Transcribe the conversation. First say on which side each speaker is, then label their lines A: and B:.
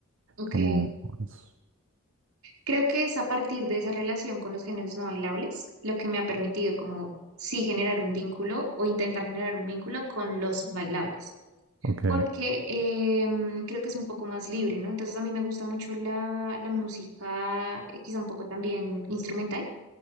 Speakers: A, on the right (about 80°); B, on the right (about 60°).
A: Ok,
B: como, pues,
A: creo que es a partir de esa relación con los géneros no bailables lo que me ha permitido como sí generar un vínculo o intentar generar un vínculo con los bailables,
B: ok,
A: porque em, creo que es un poco más libre, ¿no? Entonces a mí me gusta mucho la, la música, eh, quizá un poco también instrumental.